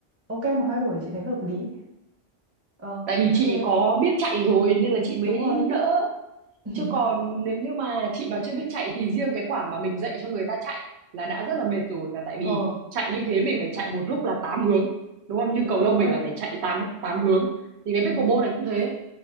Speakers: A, on the right (about 15°); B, on the right (about 80°).
A: ok một hai buổi thì chị thấy hợp lý ờ
B: tại vì
A: ok
B: chị có biết chạy rồi nên là chị mới
A: đúng rồi
B: đỡ
A: <laughs>
B: Chứ còn nếu như mà chị mà chưa biết chạy thì riêng cái quả mà mình dạy cho người ta chạy là đã rất là mệt rồi là tại vì
A: ờ
B: chạy như thế mình phải chạy một lúc là 8 hướng đúng không? Như
A: đúng
B: cầu
A: rồi
B: lông
A: đúng
B: mình
A: rồi
B: là phải chạy 8 tám hướng thì cái
A: ừ
B: pickleball này cũng thế.